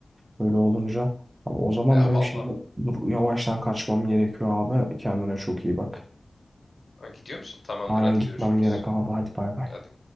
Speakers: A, on the right; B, on the left.
A: Böyle olunca abi o zaman
B: Ya
A: benim
B: valla.
A: şimdi dur, yavaştan kaçmam gerekiyor abi. Kendine çok iyi bak.
B: Ha, Gidiyor musun? Tamamdır.
A: Aynen
B: Hadi
A: gitmem
B: görüşürüz.
A: gerek abi hadi bay bay.
B: Hadi.